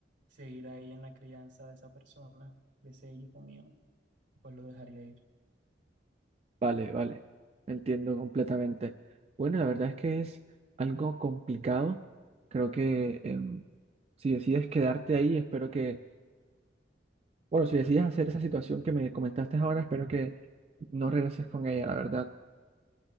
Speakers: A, on the right (about 80°); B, on the right (about 35°).
A: seguir ahí en la crianza de esa persona, de ese hijo mío, pues lo dejaría ir.
B: Vale, vale, entiendo completamente. Bueno, la verdad es que es algo complicado. Creo que em, si decides quedarte ahí, espero que, bueno, si decides hacer esa situación que me comentaste ahora, espero que no regreses con ella, la verdad.